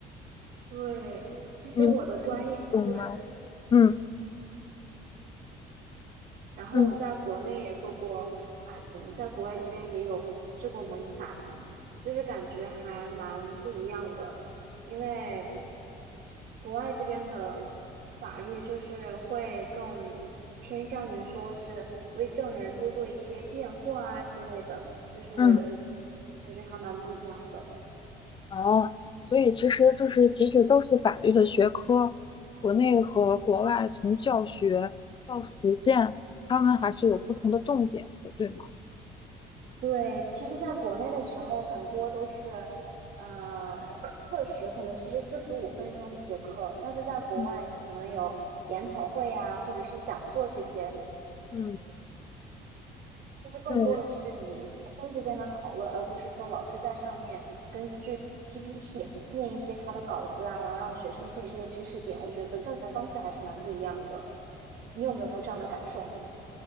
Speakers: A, on the right (about 60°); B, on the left (about 30°).
A: 对，其实我的专业是。
B: 你们有吗？嗯
A: 然后我在国内也做过模拟法庭，
B: 嗯
A: 在国外这边也有试过模拟法庭，就是感觉还蛮不一样的，因为国外这边的法律就是会更偏向于说是为证人多做一些辩护啊之类的，就是
B: 嗯。
A: 感觉还蛮不一样的。
B: 哦，所以其实就是，即使都是法律的学科，国内和国外从教学到实践，他们还是有不同的重点的，对吗？
A: 对，其实在国内的时候，很多都是，呃，课时可能就是四十五分钟一节课，但是在国外，
B: 嗯
A: 你可能有研讨会啊，或者是讲座这些，
B: 嗯
A: 就是更多的是你学生之间的讨论，
B: 对，
A: 而不是说老师在上面根据 PPT 念一些他的稿子啊，然后让学生记这些知识点。我觉得教学方式还是蛮不一样的，你有没有这样的感受呢？